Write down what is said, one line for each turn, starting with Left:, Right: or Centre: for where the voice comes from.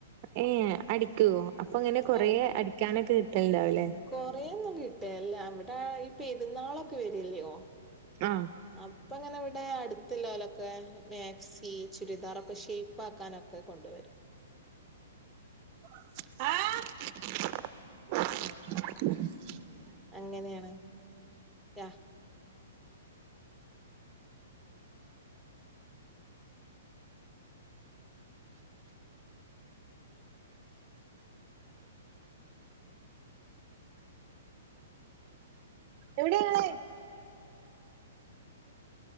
Right: ഏഹ് അടിക്കോ അപ്പ ഇങ്ങനെ കൊറേ
Centre: ഓ
Right: അടിക്കാനൊക്കെ കിട്ടല്ണ്ടാവുല്ലേ?
Centre: കൊറേന്നും കിട്ടേല്ല അവിടെ ഈ പെരുന്നാളൊക്കെ വരുല്ലോ?
Right: ആഹ്
Centre: അപ്പ ഇങ്ങനെ ഇവിടെ അടുത്തില്ലൊലൊക്കെ മാക്സി ചുരിദാറൊക്കെ ഷൈപ്പ് ആക്കാനൊ ക്കെ കൊണ്ടുവരും.
Right: ആഹ്
Centre: അങ്ങനെയാണ് യാ
Right: എവിടെങ്ങള്?